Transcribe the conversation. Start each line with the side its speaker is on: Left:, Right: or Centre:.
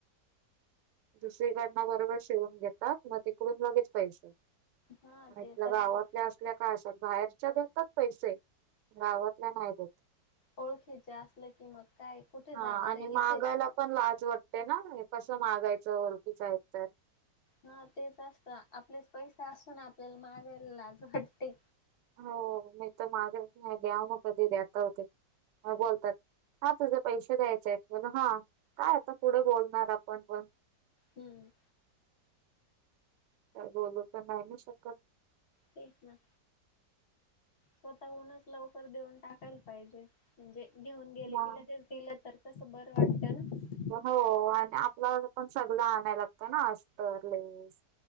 Right: दुसरीकडन बरोबर शिवून घेतात म तिकडून लगेच पैसे ह्या
Left: हा
Right: हितल्या
Left: ते तर
Right: गावातल्या
Left: आहे
Right: असल्या का आशा बाहेरच्या देतात पैसे गावातल्या नाही देत
Left: ओळखीच्या असल की मग काय कुठे
Right: हा
Left: जाणार
Right: आणि
Left: आहे
Right: मागायला
Left: इथेच
Right: पण लाज वाटते ना कसं मागायचं ओळखीच आहेत तर
Left: हा तेच असतं आपलेच पैसे असून आपल्याला मागायला लाज वाटते
Right: हो मी तर मागताच नाही द्या म कधी देताव ते म बोलतात हा तुझं पैसे द्यायचे आहेत होना हा काय आता पुढे बोलणार आपण पण
Left: हम
Right: काय बोलू पण नाही ना शकत
Left: तेच ना स्वतःहूनच लवकर देऊन टाकायला पाहिजे म्हणजे घेऊन गेले
Right: मग.
Left: लगेच दिलं तर कसं बरं वाटत ना
Right: हो आणि आपल्याला पण सगळ आणायला लागतं ना अस्तर, लेस